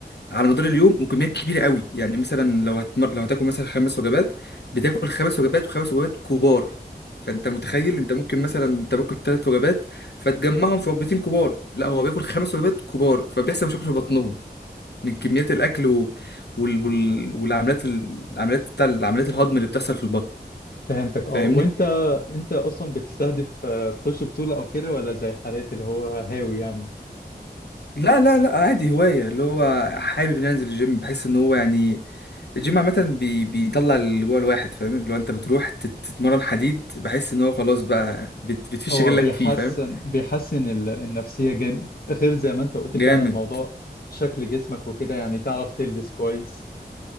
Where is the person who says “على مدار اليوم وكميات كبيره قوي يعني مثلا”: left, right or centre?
Left